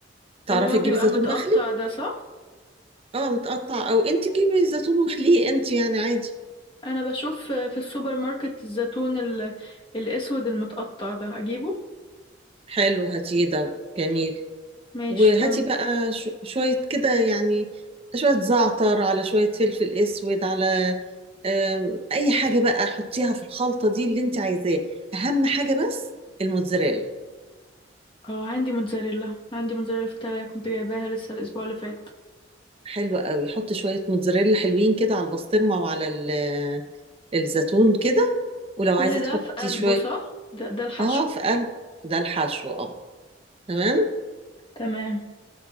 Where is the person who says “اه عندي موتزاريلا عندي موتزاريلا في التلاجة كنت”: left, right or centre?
Left